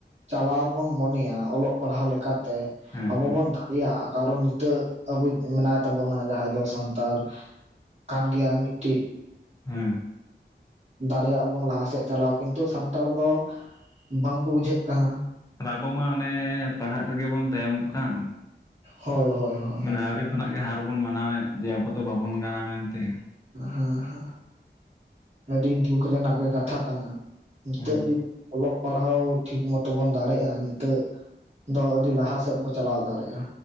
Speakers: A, on the right; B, on the left.
A: ᱪᱟᱞᱟᱣ ᱵᱩᱱ ᱢᱚᱱᱮᱭᱟ ᱚᱞᱚᱜ ᱯᱟᱲᱦᱟᱣ ᱞᱮᱠᱟ ᱛᱮ
B: ᱦᱮᱸ
A: ᱟᱵᱚ
B: ᱦᱮᱸ
A: ᱵᱚᱱ ᱫᱟᱼᱼ ᱨᱮᱭᱟᱜ ᱟ ᱠᱟᱨᱚᱱ ᱱᱤᱛᱟᱹᱜ ᱟᱵᱚᱭᱤᱡ ᱢᱮᱱᱟᱭ ᱛᱟᱵᱚᱱᱟ ᱡᱟᱦᱟᱸᱭ ᱫᱚ ᱥᱟᱱᱛᱟᱲᱼᱼ ᱠᱟᱱ ᱜᱮᱭᱟ ᱢᱤᱫᱴᱤᱡᱼᱼ
B: ᱦᱮᱸ᱾
A: ᱫᱟᱲᱮᱭᱟᱜ-ᱟ ᱵᱚᱱ ᱞᱟᱦᱟ ᱥᱮᱜ ᱪᱟᱞᱟᱣ ᱠᱤᱱᱛᱩ ᱥᱟᱱᱛᱟᱲ ᱫᱚ ᱵᱟᱝ ᱠᱚ ᱵᱩᱡᱷᱟᱹᱜ ᱠᱟᱱᱟ᱾
B: ᱟᱨ ᱟᱵᱚ ᱢᱟ ᱚᱱᱮ ᱯᱟᱲᱦᱟᱜ ᱨᱮᱜᱮ ᱵᱚᱱ ᱛᱟᱭᱚᱢᱚᱜ ᱠᱟᱱ᱾
A: ᱦᱚᱭ ᱦᱚᱭ ᱦᱚᱭ᱾
B: ᱢᱟᱱᱮ ᱟᱣᱨᱤ ᱠᱷᱚᱱᱟᱜ ᱜᱮ ᱦᱟᱨ ᱵᱚᱱ ᱢᱟᱱᱟᱣᱮᱫ ᱡᱮ ᱟᱵᱚ ᱫᱚ ᱵᱟᱵᱚᱱ ᱜᱟᱱᱟ ᱢᱮᱱ ᱛᱮ᱾
A: ᱦᱟᱸ ᱦᱟᱸ ᱟᱹᱰᱤ ᱫᱩᱠ ᱨᱮᱱᱟᱜ ᱜᱮ ᱠᱟᱛᱷᱟ ᱠᱟᱱᱟ᱾ ᱱᱤᱛᱟᱹᱜ
B: ᱦᱮᱸ
A: ᱡᱤᱫ ᱚᱞᱚᱜ ᱯᱟᱲᱦᱟᱣ ᱴᱷᱤᱠ ᱢᱚᱛᱚ ᱵᱚᱱ ᱫᱟᱲᱮᱜ-ᱟ ᱱᱤᱛᱟᱹᱜᱼᱼ ᱫᱚ ᱟᱹᱰᱤ ᱞᱟᱦᱟ ᱥᱮᱜ ᱵᱚ ᱪᱟᱞᱟᱣ ᱫᱟᱲᱮᱜ-ᱟ᱾